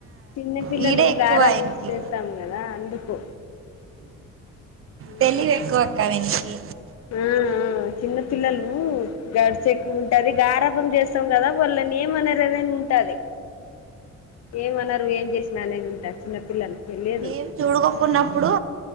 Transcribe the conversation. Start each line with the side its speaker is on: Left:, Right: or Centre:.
Left: చిన్న పిల్లలు
Right: వీడే ఎక్కువ
Left: గారంభం
Right: ఆయనకి
Left: చేస్తాము కదా అందుకు ఉ
Right: తెలివి ఎక్కువక్క వీనికి
Left: ఆ ఆ చిన్న పిల్లలు గడుస ఎక్కువ ఉంటది గారభం చేస్త స్తాము కదా వాళ్ళ ని ఏమనదిదని ఉంటది ఏమన్నారు ఏం చేసిన అనేది ఉంటది చిన్న పిల్లలు తెలియదు
Right: మేము చూడుకోకున్నప్పుడు